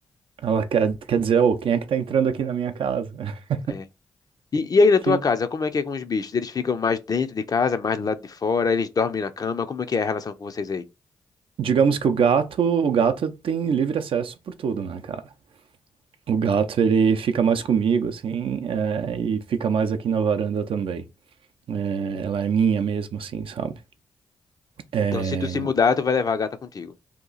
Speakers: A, on the right (about 70°); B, on the left (about 40°).
A: Ela quer, quer dizer, ô, quem é que tá entrando aqui na minha casa? <laughs>
B: É. E, e aí na
A: Que,
B: tua casa, como é que é com os bichos? Eles ficam mais dentro de casa, mais do lado de fora, eles dormem na cama, como é que é a relação com vocês aí?
A: digamos que o gato, o gato tem livre acesso por tudo, né, cara? O gato, ele fica mais comigo, assim, é, e fica mais aqui na varanda também. É, ela é minha mesmo, assim, sabe? É,
B: Então, se tu se mudar, tu vai levar a gata contigo.